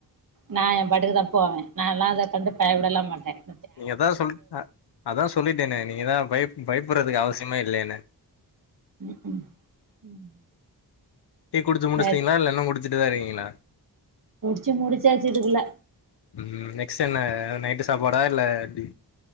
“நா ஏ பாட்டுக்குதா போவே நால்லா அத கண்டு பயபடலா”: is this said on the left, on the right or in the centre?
Right